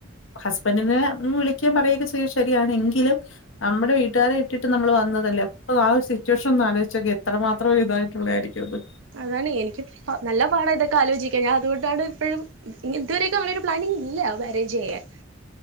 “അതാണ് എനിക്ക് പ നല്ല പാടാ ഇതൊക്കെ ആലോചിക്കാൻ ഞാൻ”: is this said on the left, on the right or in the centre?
Right